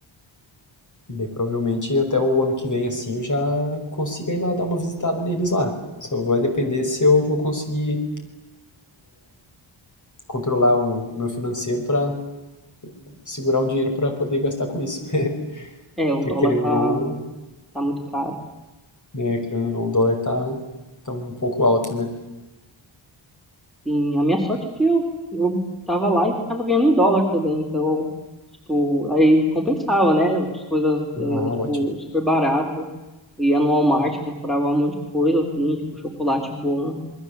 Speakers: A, on the left (about 40°); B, in the centre.
A: E daí provavelmente até o ano que vem, assim, eu já consiga ir lá dar uma visitada neles lá. Só vai depender se eu vou conseguir controlar o, o meu financeiro para segurar um dinheiro para poder gastar com isso. <laughs>
B: É, o
A: Porque
B: dólar
A: querendo
B: tá,
A: ou não,
B: tá muito caro.
A: né, querendo ou não, o dólar tá, tá um pouco alto, né?
B: E a minha sorte é que eu, eu tava lá e tava ganhando em dólar também. Então, tipo, aí compensava, né? As coisas, é,
A: Ah,
B: tipo,
A: ótimo.
B: super barato. ia no Walmart, comprava um monte de coisa, assim, tipo, chocolate bom